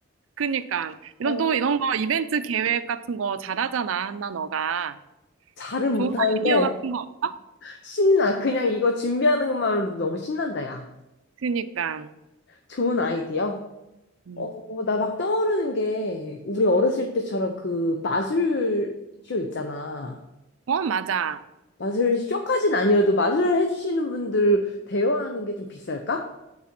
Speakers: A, on the right (about 80°); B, on the left (about 55°).
A: 그니까, 이런
B: 어.
A: 또 이런 거 이벤트 계획 같은 거 잘하잖아, 한나 너가.
B: 잘은
A: 좋은
B: 못하는데
A: 아이디어 같은 거 없어?
B: 신나. 그냥 이거 준비하는 것만으로도 너무 신난다, 야.
A: 그니까.
B: 좋은 아이디어.
A: 음.
B: 어, 나 막 떠오르는 게 우리 어렸을 때처럼 그 마술쇼 있잖아.
A: 어, 맞아.
B: 마술쇼까진 아니어도 마술을 해주시는 분들 대여하는 게 좀 비쌀까?